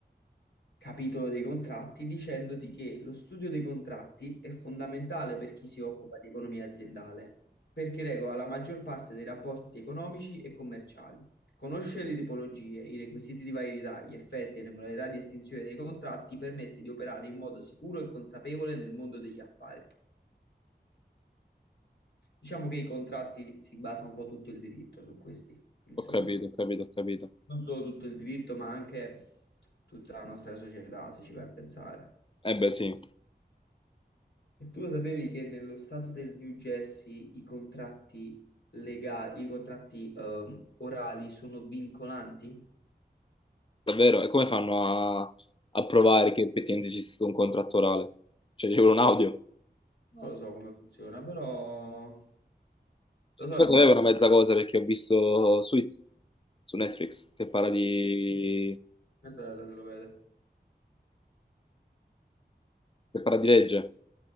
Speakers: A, on the left; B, on the left.
A: capitolo dei contratti dicendoti che lo studio dei contratti è fondamentale per chi si occupa di economia aziendale, perché regola la maggior parte dei rapporti economici e commerciali. Conoscere le tipologie, i requisiti di validità, gli effetti e le modalità di estinzione dei contratti permette di operare in modo sicuro e consapevole nel mondo degli affari. Diciamo che i contratti si basa un po' tutto il diritto su questi, insomma.
B: Ho capito, ho capito, ho capito.
A: non solo tutto il diritto, ma anche tutta la nostra società, se ci vai a pensare.
B: Eh beh, sì.
A: E tu lo sapevi che nello stato del New Jersey i contratti legali, i contratti ehm, orali sono vincolanti?
B: Davvero? E come fanno a, a provare che effettivamente ci sia stato un contratto orale? Cioè, c'è un audio.
A: Non lo so come funziona, però lo so
B: Io
A: e
B: sapevo
A: basta.
B: una mezza cosa perché ho visto Suits su Netflix che parla di,
A: Mia sorella se lo vede,
B: che parla di legge.